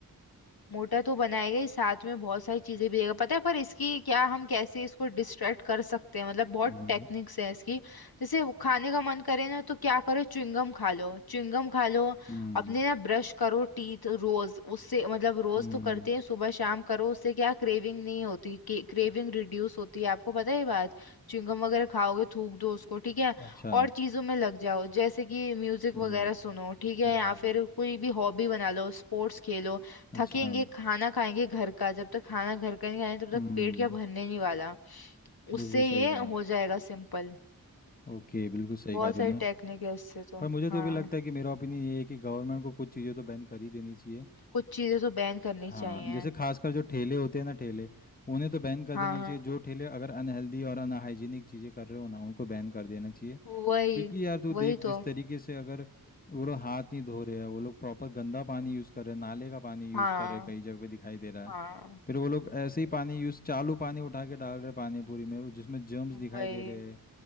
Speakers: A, on the left (about 80°); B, on the left (about 25°).
A: मोटा तो बनाएगा ही साथ में बहुत सारी चीजें भी देगा पता है पर इसकी क्या हम कैसे इसको डिस्ट्रैक्ट कर सकते हैं मतलब बहुत
B: हम्म
A: टेक्निक्स है इसकी जैसे वो खाने का मन करे ना तो क्या करो च्युइंगम खा लो च्युइंगम खा लो
B: हम्म
A: अपने ना ब्रश करो टीथ रोज उससे मतलब रोज
B: हम्म
A: तो करते हैं सुबह शाम करो उससे क्या क्रेविंग नहीं होती क्रेविंग
B: हम्म।
A: रिड्यूस होती है आपको पता है ये बात च्युइंगम वगैरह खाओगे थूक दो उसको ठीक है
B: अच्छा
A: और चीजों में लग जाओ जैसे कि म्यूजिक
B: हम्म
A: वगैरह सुनो ठीक है
B: हम्म
A: या फिर कोई भी हॉबी बना लो स्पोर्ट्स खेलो
B: अच्छा
A: थकेंगे खाना खाएंगे घर का जब तक खाना घर का नहीं खाएंगे तब
B: हम्म
A: तक पेट क्या भरने नहीं वाला उससे
B: बिल्कुल सही
A: ये
B: कहा
A: हो जाएगा सिंपल
B: ओके बिल्कुल सही
A: बहुत
B: कहा तूने
A: सारी टेक्निक है इससे तो
B: पर मुझे
A: हाँ
B: तो भी लगता है कि मेरा ओपिनियन ये है कि गवर्नमेंट को कुछ चीज़ें तो बैन कर ही देनी चाहिए
A: कुछ चीजें तो बैन करनी
B: हाँ
A: चाहिए
B: जैसे खासकर जो ठेले होते हैं ना ठेले उन्हें तो बैन कर
A: हाँ
B: देना
A: हाँ
B: चाहिए जो ठेले अगर अनहेल्दी और अनहाइजीनिक चीज़ें कर रहे हो ना उनको बैन कर देना चाहिए
A: वही
B: क्योंकि यार तू
A: वही
B: देख
A: तो
B: जिस तरीके से अगर वो लोग हाथ नहीं धो रहे हैं वो लोग प्रॉपर गंदा पानी यूज़ कर रहे हैं नाले का पानी यूज़
A: हाँ
B: कर रहे हैं कई जगह पे दिखाई दे रहा
A: हाँ
B: है फिर वो लोग ऐसे ही पानी यूज़ चालू पानी उठा के डाल रहे हैं पानी पूरी में वो जिसमें जर्म्स दिखाई
A: वही
B: दे रहे हैं